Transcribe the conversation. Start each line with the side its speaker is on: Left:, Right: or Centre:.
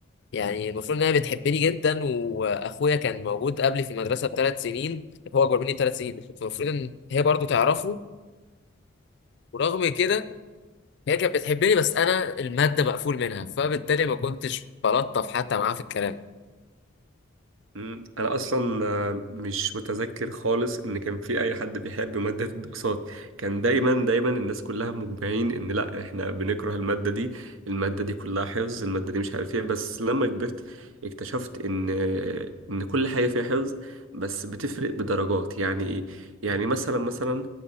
Left: يعني المفروض إنها بتحبني جدا وأخويا كان موجود قبلي في المدرسة بثلاث سنين هو أكبر مني بثلاث سنين فالمفروض إن هي برضو تعرفه ورغم كده هي كانت بتحبني بس أنا المادة مقفول منها فبالتالي ما كنتش بلطف حتى معاها في الكلام
Right: مم. انا اصلا آه، مش متذكر خالص ان كان في اي حد بيحب ماده الدراسات كان دايما دايما الناس كلها مجمعين ان لا احنا بنكره الماده دي الماده دي كلها حفظ الماده دي مش عارف ايه بس لما كبرت اكتشفت ان ان كل حاجه فيها حفظ بس بتفرق بدرجات يعني ايه يعني مثلا مثلا